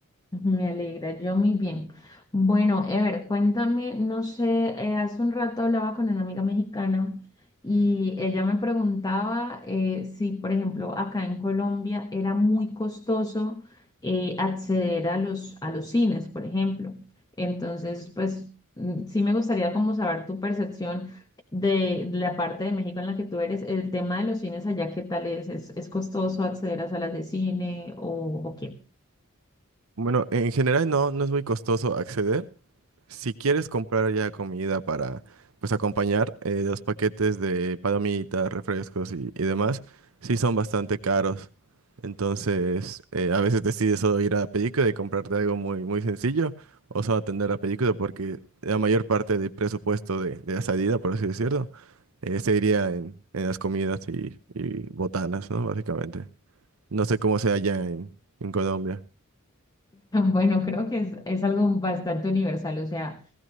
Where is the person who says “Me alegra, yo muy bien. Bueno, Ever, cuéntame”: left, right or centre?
Left